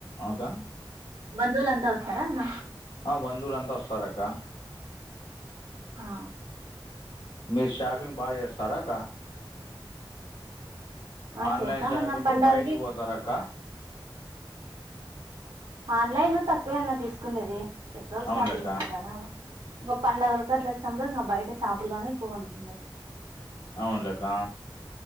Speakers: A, on the left; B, on the right.
A: అకా
B: బంధువులంతా వస్తారా అన్న
A: ఆ బంధువులంతా వస్తారు అక్క
B: ఆ
A: మీరు షాపింగ్ బాగా చేస్తారాక్క
B: ఆ
A: ఆన్లైన్
B: చేస్తామన్న
A: షాపింగ్
B: పండగలకి
A: బయటికి పోతార అక్క
B: ఆన్లైన్ తక్కువన్నా తీసుకునేది ఎప్పుడో ఒకసారి
A: అవునులేక్క
B: తీసుకుంటానా ఇంకా పండుగల అట్లు వచ్చినపుడు ఇంకా బయట షాపుల్లోనే ఎక్కువగా కొనుకుండది
A: అవునులేక్కా